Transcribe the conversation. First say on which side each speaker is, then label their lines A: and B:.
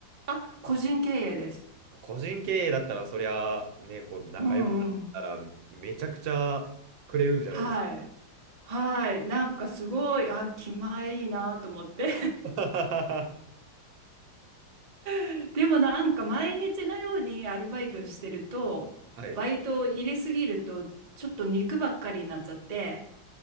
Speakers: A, on the right; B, on the right.
A: あ、個人経営です。
B: 個人経営だったら、そりゃ、ね、こう、仲良くなったら、
A: うんうん。
B: めちゃくちゃくれるんじゃないですか
A: はい。はい。なんかすごい、あ、気前いいなと思って。
B: <laughs>
A: <laughs> でもなんか毎日のようにアルバイトしてると、
B: はい。
A: バイトを入れすぎると、ちょっと肉ばっかりになっちゃって、